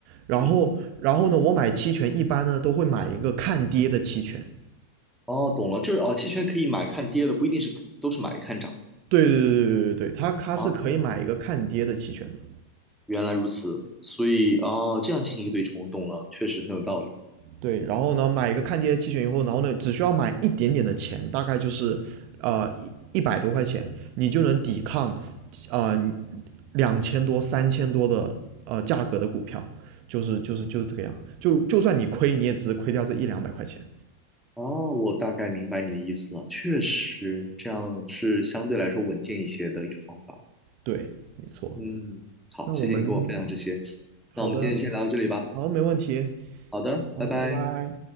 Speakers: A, on the right; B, in the centre.
A: 然后然后呢，
B: 嗯。
A: 我买期权一般呢都会买一个看跌的期权。
B: 哦，懂了，就是哦，期权可以买看跌的，不一定是都是买看涨
A: 对对对对对对，它它是可以买一个看跌的期权的，
B: 啊。哦原来如此，所以哦，这样进行一个对冲，懂了，确实很有道理。
A: 对，然后呢，买一个看跌的期权以后，然后呢，只需要买一点点的钱，大概就是呃一一百多块钱，你就能抵抗呃两千多、三千多的呃价格的股票，就是就是就是这个样，就就算你亏，你也只是亏掉这一两百块钱，
B: 哦，我大概明白你的意思了，确实这样是相对来说稳健一些的一个方法。
A: 对，没错。
B: 嗯，好，
A: 那我们
B: 谢谢你跟我分享这些，
A: 好的，
B: 那我们今天先聊到这里吧。
A: 好，没问题，
B: 好的，
A: 好，
B: 拜拜。
A: 拜拜。